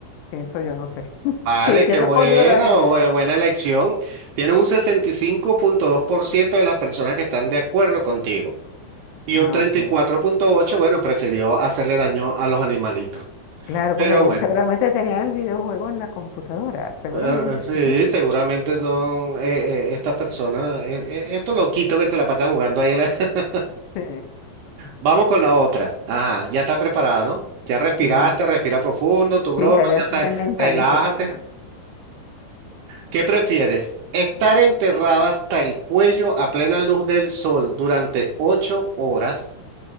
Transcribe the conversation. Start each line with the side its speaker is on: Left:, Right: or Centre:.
Left: Pienso yo, no sé. <laughs>
Right: Vale,
Left: ¿Qué, qué
Right: qué
Left: respondió
Right: bueno,
Left: la gente?
Right: bue- buena elección. Tienes un sesenta y cinco punto dos por ciento de las personas que están de acuerdo contigo. Y
Left: Ah,
Right: un treinta
Left: ok.
Right: y cuatro punto ocho bueno, prefirió hacerle daño a los animalitos.
Left: Claro,
Right: Pero
Left: porque ahí
Right: bueno,
Left: seguramente tenían el videojuego en la computadora, seguramente.
Right: eh, sí,
Left: <laughs>
Right: seguramente son eh, eh, estas personas, eh, eh, estos loquitos que se la pasan jugando ahí. <laughs>
Left: Sí,
Right: Vamos con la otra. Ajá, ya está preparada, ¿no? Ya respiraste,
Left: sí, bueno.
Right: respira profundo, tu
Left: Sí,
Right: broma,
Left: ya, ya
Right: ya sabes,
Left: me mentalicé.
Right: relájate.
Left: Ajá.
Right: ¿Qué prefieres? ¿Estar enterrada hasta el cuello a plena luz del sol durante ocho horas